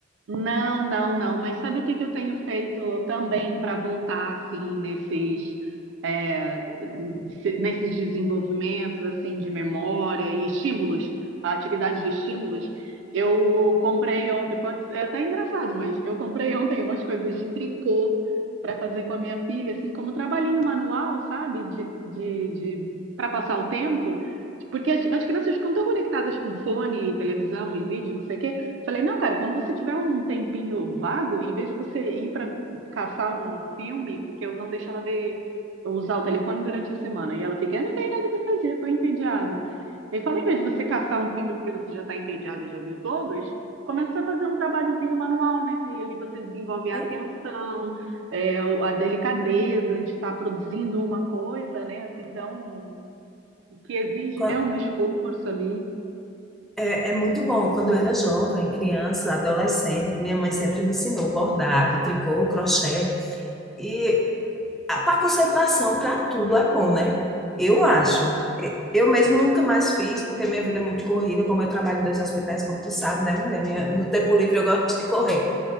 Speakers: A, on the right; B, in the centre.
A: Não, não, não. Mas sabe o que que eu tenho feito também para voltar assim nesses é, nesse- nesses desenvolvimentos assim de memória e estímulos, atividades de estímulos? Eu comprei ontem, pode ser é até engraçado, mas eu comprei ontem umas coisas de tricô para fazer com a minha filha, assim como trabalhinho manual, sabe? De, de, de para passar o tempo. Porque as, as crianças ficam tão conectadas com fone, televisão e vídeo, não sei o quê. Falei, não, cara, quando você tiver um tempinho vago, em vez de você ir para caçar um filme, porque eu não deixo ela ver, usar o telefone durante a semana. E ela fica, eu não tenho nada para fazer, tô entediada. Ele fala, em vez de você caçar um filme porque você já tá entediada e já viu todos, começa a fazer um trabalhozinho manual, né? E ali você desenvolve a
B: É,
A: atenção, é, o- a delicadeza de estar produzindo uma coisa, né? Assim, então, que exige,
B: quan-
A: né, um esforço ali.
B: é, é muito bom. Quando eu era jovem, criança, adolescente, minha mãe sempre me ensinou bordado, tricô, crochê. E para concentração, para tudo é bom, né? Eu acho. E- Eu mesmo nunca mais fiz, porque minha vida é muito corrida, como eu trabalho em dois hospitais, como tu sabe, né, mulher? Minha, no tempo livre eu gosto de correr.